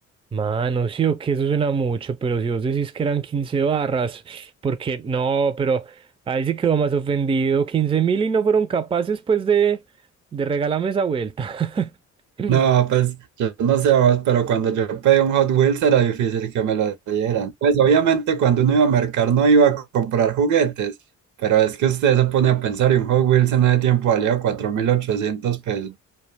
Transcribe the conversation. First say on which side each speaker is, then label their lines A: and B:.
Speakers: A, on the right; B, on the right.
A: Mano, sí o que eso suena mucho, pero si vos decís que eran 15 barras, porque no, pero ahí sí quedó más ofendido, quince mil y no fueron capaces pues de, de regalarme esa vuelta. <laughs>
B: No, pues yo no sé vos, pero cuando yo pedí un Hot Wheels era difícil que me lo dieran. Pues obviamente cuando uno iba a mercar no iba a comprar juguetes, pero es que usted se pone a pensar y un Hot Wheels en ese tiempo valía 4.800 pesos.